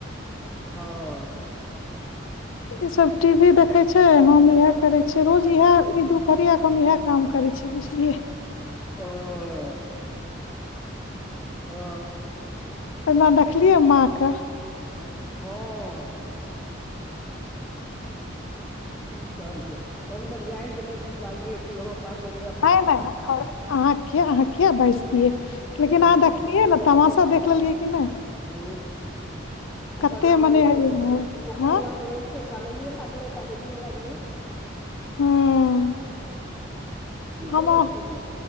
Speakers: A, in the centre; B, on the left.
A: हँ।
B: इ सभ टी वी देखे छै हम इएह करे छी रोज इह ई दुपहरिया के इएह काम करै छै बुझलिय
A: आ। ओ।
B: एना देखलियै माँ के
A: ह। की कहै छै हम तऽ जयन के नहि किछु बाजलियै कि हम बात बैरा।
B: ह नहिर अह अहाँकेँ बाज दियै लेकिन
A: ओ
B: अहाँ देखलियै ने तमाशा देख लेलियै कि नहि।
A: ह ओकर
B: कते
A: नाम
B: मने
A: लेते
B: है इम्हर।
A: ओकर
B: हँ
A: नाम ले कान ये लागल बाजा यै लागल
B: हूँ।
A: ई
B: हम
A: गलत चीज अइ